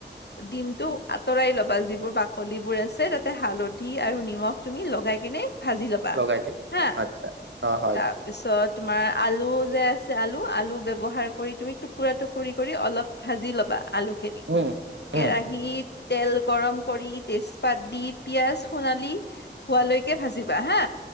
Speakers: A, on the left; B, on the right.
A: ডিমটো আঁতৰাই লবা। বা যিবোৰ বাকলি বোৰ আছে তাতে হালধি আৰু নিমখ তুমি লগাই কেনে, ভাজি ল'বা,
B: লগাই দিম
A: হা!
B: আচ্ছা অ হয়
A: তাৰপিছত তোমাৰ আলু। যে আছে আলু, আলু ব্যৱহাৰ কৰি তুমি টুকুৰা-টুকুৰি কৰি অলপ ভাজি ল'বা। আলুখিনি,
B: উম
A: কেৰাহীত
B: উম
A: তেল। গৰম কৰি তেজপাত দি পিয়াঁজ সোণালী হোৱালৈকে ভাজিবা হা!